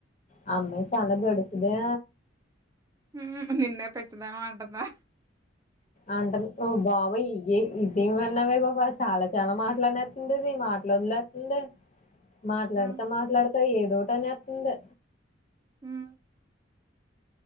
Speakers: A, on the left (about 35°); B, on the right (about 20°).
A: ఆ అమ్మాయి చాలా గడుసుదే
B: ఉమ్ నిన్నే పిచ్చదానవ్ అంటందా
A: అంటన్ ఓ బాబోయి ఏ ఇదేం విన్నావే బాబా చాలా చాలా మాటలనేత్తంది అది మాటలు ఒదులేతుంది మాట్లాడతా
B: ఆ!
A: మాట్లాడతా ఏదోటనేత్తంది
B: ఉమ్